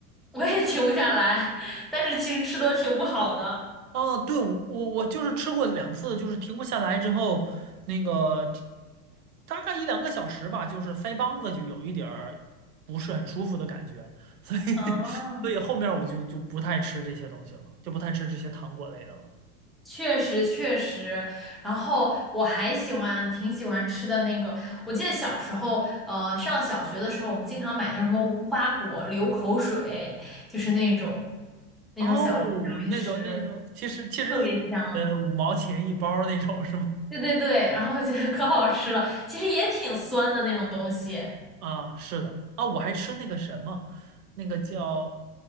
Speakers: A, in the centre; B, on the right (about 85°).
A: 我也停不下来，<laughs> 但是其实吃多挺不好的。
B: 哦，对，我我我就是吃过两次，就是停不下来之后，那个大概一两个小时吧，就是腮帮子就有一点儿不是很舒服的感觉，所以 <laughs>
A: 啊。
B: 所以后面我就就不太吃这些东西了，就不太吃这些糖果类的了。
A: 确实确实，然后我还喜欢挺喜欢吃的那个，我记得小时候，呃，上小学的时候，我们经常买那种什么无花果、流口水，就是那种那种小小零食，
B: 哦，那种那种，其实其实一呃五毛钱一包儿那种是吗？
A: 特别香。对对对，然后觉得可好吃了，其实也挺酸的那种东西。
B: 啊，是的啊，我还吃那个什么，那个叫